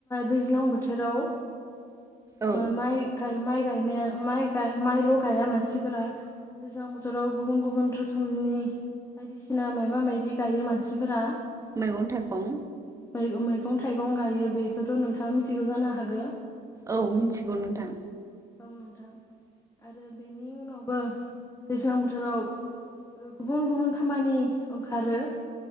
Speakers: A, on the left (about 15°); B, on the right (about 20°).
A: दैज्लां बोथोराव
B: औ
A: मा-माय गाय माइ गायनाया माइ गा माइल' गाया मानसिफोरा दैज्लां बोथोराव गुबुन गुबुन रोखोमनि बायदिसिना मायबा मायबि गायो मानसिफोरा।
B: मैगं थाइगं।
A: मै-मैगं थाइगं गायो बेखौथ' नोंथाङा मिथिगौ जानो हागो।
B: औ मिथिगौ नोंथां।
A: नोंथां आरो बेनि उनावबो दैज्लां बोथोराव गुबुन गुबुन खामानि ओंखारो।